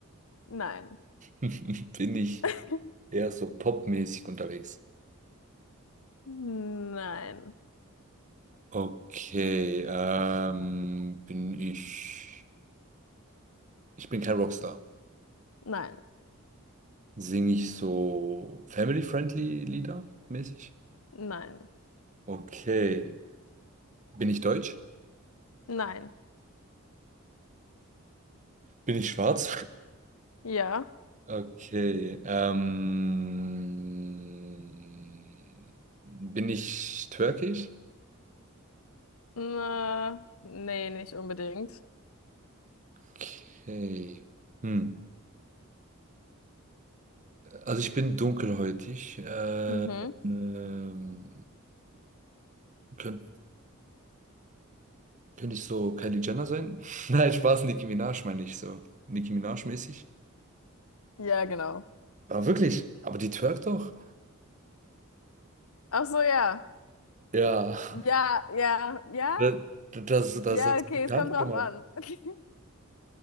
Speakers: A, on the left; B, on the right.
A: Nein.
B: <laughs> Bin ich
A: <laughs>
B: eher so popmäßig unterwegs?
A: Nein.
B: Okay. Ähm, bin ich. Ich bin kein Rockstar.
A: Nein.
B: Singe ich so family-friendly Lieder mäßig?
A: Nein.
B: Okay. Bin ich deutsch?
A: Nein.
B: Bin ich schwarz?
A: Ja.
B: Okay. Ähm, bin ich türkisch?
A: Na, nee, nicht unbedingt.
B: Okay. Hm. Also ich bin dunkelhäutig. Äh,
A: Mhm.
B: ähm, könnt, könnte ich so Kylie Jenner sein? <laughs> Nein, Spaß, Nicki Minaj meine ich so. Nicki Minaj mäßig.
A: Ja, genau.
B: Ah, wirklich? Aber die twerkt doch.
A: Ach so, ja.
B: Ja. <laughs>
A: Ja, ja, ja.
B: Das, das, das
A: Ja,
B: hat
A: okay,
B: bekannt
A: es kommt drauf
B: gemacht.
A: an. <laughs>